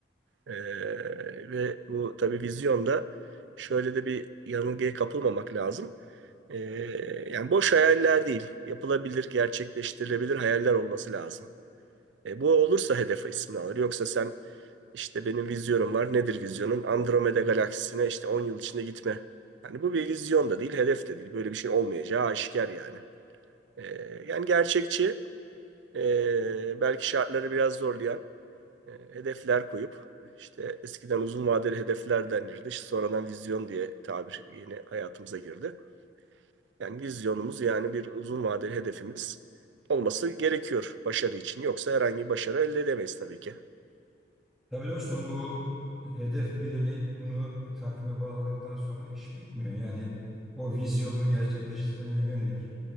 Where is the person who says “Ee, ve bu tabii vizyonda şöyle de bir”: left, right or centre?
Right